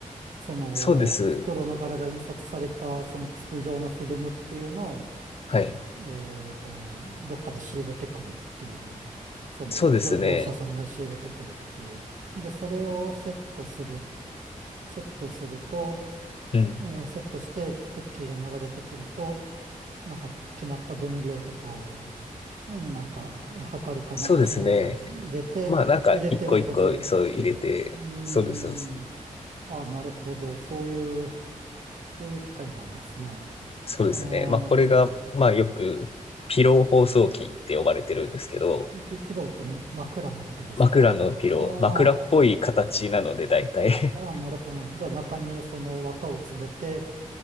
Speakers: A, on the right; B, on the left.
A: その袋の柄が印刷されたその筒状のフィルムっていうのを、
B: そうです。はい。
A: えっと、どっかで仕入れてくるっていう、その業、
B: そうですね。
A: 業者さんが仕入れてくるっていう。で、それをセットする、セットすると、
B: うん。
A: えーセットしてクッキーが流れてくると、なんか決まった分量とかを、うんなんか測るかなんかしないと入れて、
B: そうですね。まあなんか一個一個そう入れて、
A: 入れては閉じるっていう。うー
B: そうです、そうです。
A: ん。あ、なるほど。そういう。そういう機械なんですね。
B: そうですね。
A: うーん、
B: まあこれが、まあよくピロー包装機って呼ばれてるんですけど、
A: ピ、ピローって枕のことですかああ、
B: 枕のピロー、枕っぽい形なので大体
A: ああ、なるほど。じゃあ中にその綿を詰めて、